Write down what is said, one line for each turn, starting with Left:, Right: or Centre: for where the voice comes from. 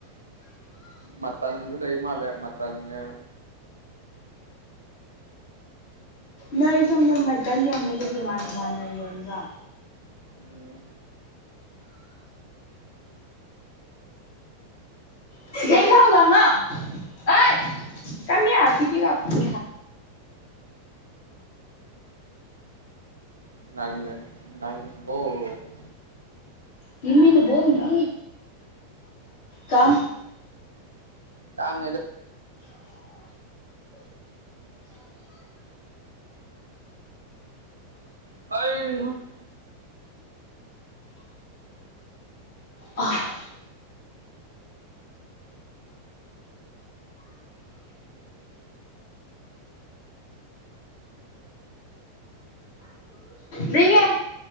Right: ꯃꯇꯟꯁꯨ ꯂꯩ ꯃꯥꯂꯦ ꯃ ꯃꯇꯟꯅꯦ
Left: ꯅꯣꯏ ꯁꯣꯝꯗ ꯃꯇꯟ ꯌꯣꯟꯕꯁꯦ ꯇꯣꯉꯥꯟ ꯇꯣꯉꯥꯟꯅ ꯌꯣꯟꯕ꯭ꯔ
Right: ꯎꯝ
Left: <unintelligible>
Right: <unintelligible>
Left: ꯒꯤꯞ ꯃꯤ ꯗ ꯕꯣꯜ ꯅ ꯀꯝ
Right: ꯇꯥꯡꯉꯦ ꯑꯩ
Left: ꯑ ꯃꯤꯉꯦ